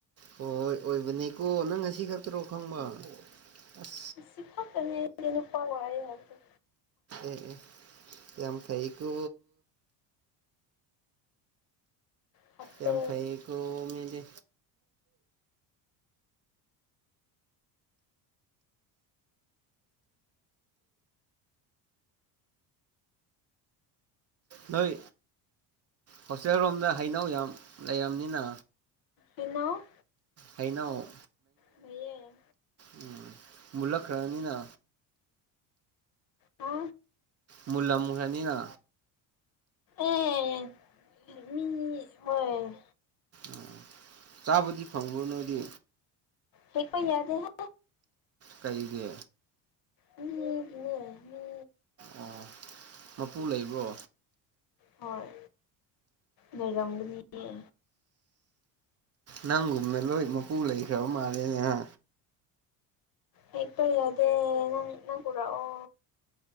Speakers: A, on the right (about 35°); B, on the left (about 45°).
A: ꯍꯣꯏ ꯍꯣꯏ ꯑꯣꯏꯕꯅꯤꯀꯣ ꯅꯪ ꯉꯁꯤ ꯈꯛꯇꯔꯣ ꯈꯪꯕ ꯑꯁ
B: ꯁꯤ ꯐꯛꯇꯅꯦ ꯅꯨꯄꯥ ꯋꯥꯢꯌꯦ ꯍꯥꯏꯕꯗꯨ
A: ꯑꯦ ꯌꯥꯝ ꯐꯩꯀꯣ
B: ꯐꯠꯇꯦ
A: ꯌꯥꯝ ꯐꯩꯀꯣ ꯃꯤꯗꯤ ꯅꯣꯏ ꯍꯣꯁꯇꯦꯜ ꯔꯣꯝꯗ ꯍꯩꯅꯧ ꯌꯥꯝ ꯂꯩꯔꯝꯅꯤꯅ
B: ꯏꯩꯅꯧ
A: ꯑꯩꯅꯧ
B: ꯃꯩꯌꯦ
A: ꯎꯝ ꯃꯂꯛ ꯈꯔꯅꯤꯅ
B: ꯍꯥ
A: ꯃꯨꯜꯂꯝꯒꯅꯤꯅ
B: ꯑꯦ ꯃꯤ ꯍꯣꯏ
A: ꯑ ꯆꯥꯕꯨꯗꯤ ꯐꯪꯕ꯭ꯔꯣ ꯅꯣꯢꯗꯤ
B: ꯍꯦꯛ ꯄ ꯌꯥꯗꯦꯍꯦ
A: ꯀꯩꯒꯤ
B: ꯃꯤꯒꯤꯅꯦ ꯃꯤ
A: ꯑꯣ ꯃꯄꯨ ꯂꯩꯕ꯭ꯔꯣ
B: ꯍꯣꯏ ꯂꯩꯔꯝꯒꯅꯤꯌꯦ
A: ꯅꯪꯒꯨꯝꯅ ꯂꯣꯏ ꯃꯄꯨ ꯂꯩꯈ꯭ꯔꯕ ꯃꯥꯜꯂꯦꯅꯦꯍ
B: ꯍꯦꯛꯄ ꯌꯥꯗꯦ ꯅꯪ ꯅꯪ ꯄꯨꯔꯛꯑꯣ